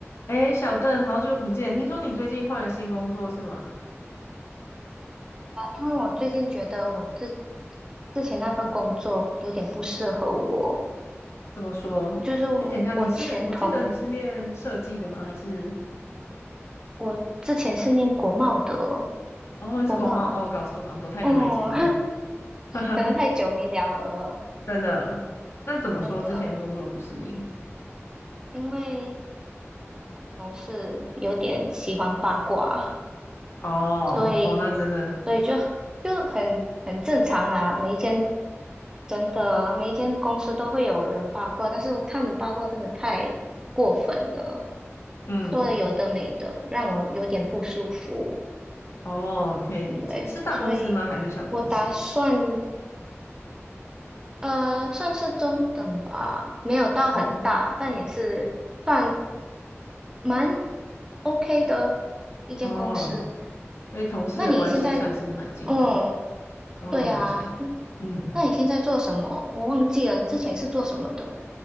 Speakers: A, on the left; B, on the right.
A: 哎，小邓，好久不见！听说你最近换了新工作是吗？
B: 因为我最近觉得我之之前那份工作有点不适合我，
A: 怎么说？
B: 就是我我前同
A: 哎，等一下，你是，我记得你是念设计的吗？还是，
B: 我之前是念国贸的，
A: 哦，你是国贸？
B: 国贸，
A: 哦，搞错搞错，太久没见了，
B: 哦，<laughs>
A: <laughs> 哈哈
B: 可能太久没聊了，
A: 真的。那怎么说？
B: 真的，
A: 之前工作不适应？
B: 因为同事有点喜欢八卦，
A: 哦哦，
B: 所以
A: 那真的，
B: 所以就就很很正常啊，每一间真的每一间公司都会有人八卦，但是他们八卦真的太过分了。
A: 嗯，
B: 说了有的没的，让我有点不舒服。
A: 哦，可以理解。
B: 对，
A: 是大公司吗？
B: 所以我打算
A: 还是小公司？
B: 呃算是中等吧，没有到很大，
A: 哦
B: 但也是算蛮 OK 的一间公司。
A: 哦，所以同事的关系算是蛮紧密。
B: 那你现在，嗯，
A: 哦，
B: 对啊，
A: 我了解。
B: 那
A: 嗯，
B: 那你现在做什么？我忘记了，你之前是做什么的